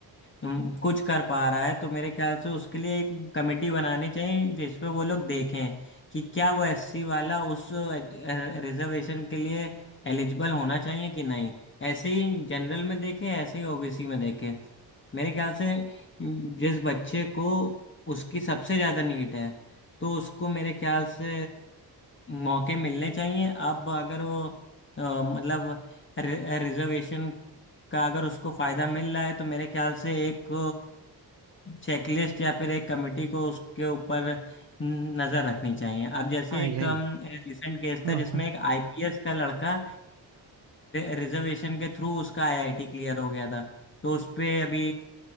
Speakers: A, on the left (about 30°); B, on the right (about 85°).
A: उम, कुछ कर पा रहा है तो मेरे ख्याल से उसके लिए एक कमेटी बनानी चाहिए जिसपे वो लोग देखें कि क्या वो एस सी वाला उस रिजर्वेशन के लिए एलिजिबल होना चाहिए कि नहीं ऐसे ही जनरल में देखे ऐसे ही ओबीसी में देखे मेरे ख्याल से जिस बच्चे को उसकी सबसे ज़्यादा नीड है तो उसको मेरे ख्याल से मौके मिलने चाहिए अब अगर वो अ, मतलब रि, रिजर्वेशन का अगर उसको फ़ायदा मिल रहा है तो मेरे ख्याल से एक चेकलिस्ट या फिर एक कमेटी को उसके ऊपर नज़र रखनी चाहिए अब जैसे
B: हाँ
A: एक
B: यही
A: रिसेंट केस
B: हाँ
A: था जिसमें
B: हाँ
A: एक आईपीएस का लड़का रिजर्वेशन के थ्रू उसका आईआईटी क्लियर हो गया था तो उस पे अभी